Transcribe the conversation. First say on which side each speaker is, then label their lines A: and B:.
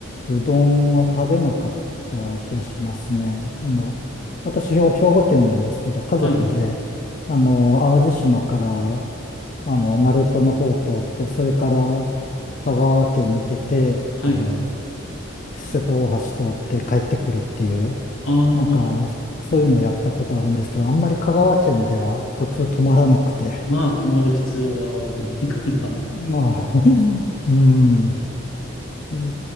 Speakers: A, on the left; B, on the left.
A: うどんは食べなかった気がしますね。あの、私、兵兵庫県なんですけど、家族で、
B: はい。
A: あの、淡路島から、あの、鳴門の方を通って、それから香川県抜けて、
B: はい。
A: あの、瀬戸大橋通って帰ってくるっていう、
B: ああ、
A: なんか、そういうのやったことあるんですけど、あんまり香川県では途中止まらなくて、
B: まあ、泊まる必要はないかな。
A: まあ、うん、うん